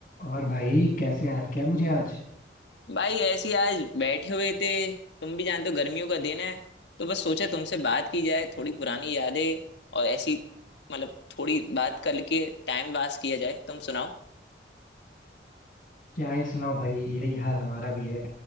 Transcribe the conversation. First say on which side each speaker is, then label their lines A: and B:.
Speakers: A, on the left; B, on the left.
A: और भाई कैसे याद किया मुझे आज
B: भाई ऐसी आज बैठे हुए थे तुम भी जानते हो गर्मियों का दिन है तो बस सोचा तुमसे बात की जाए थोड़ी पुरानी यादें और ऐसी मतलब थोड़ी बात करके टाइम पास किया जाए तुम सुनाओ
A: क्या ही सुनाओ भाई यही हाल हमारा भी है